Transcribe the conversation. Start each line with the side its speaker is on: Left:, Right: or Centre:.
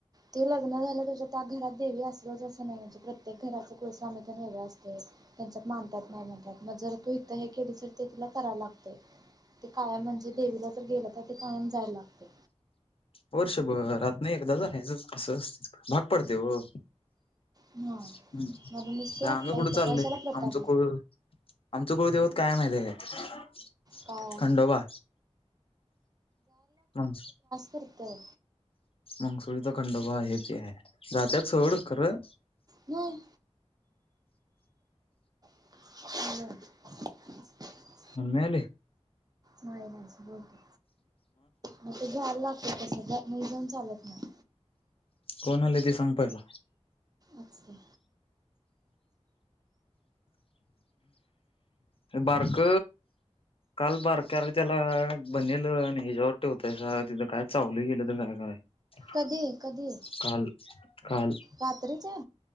Right: ते लग्न झालं त्याच्या त्या घरात देवी असलच असं नाही. म्हणजे प्रत्येक घराच कुळस्वामी तेण वेगळे असतय. त्यांच्यात मानतात नाही माणतात. मग जर तू हे केली तर ते तुला करा लागतय. ते कायम म्हणजे देवीला जर गेलं तर ते कायम जाय लागतंय.
Left: वर्षभरातन एकदा झायच असं भाग पडतेय हो.
Right: हा
Left: हम्म आता
Right: म्हणूनच ते आत्ता
Left: आम्ही कुठं
Right: इथं
Left: चाललोय.
Right: कशाला प्रताप
Left: आमचं कुळ आमचं कुळ दैवत काय माहितेय का?
Right: काय
Left: खंडोबा. हम्म.
Right: करतय.
Left: मंगसुरीचा खंडोबा हे ते. जात्यात सोड खरं
Right: नाही <unintelligible>
Left: मम्मी आली?
Right: नाही नाही बोल तू. मग ते जायला लागत कस मी जाऊन चालत नाही.
Left: कोण आले ते सांग पाहिला?
Right: असते
Left: बारक काल बारक्या रे त्याला बनेलव आणि ह्याच्या्यावर ठेवतायसा. तिथं काय चावलं गेलं तर काय करायच?
Right: कधी कधी.
Left: काल काल.
Right: रात्रीचे?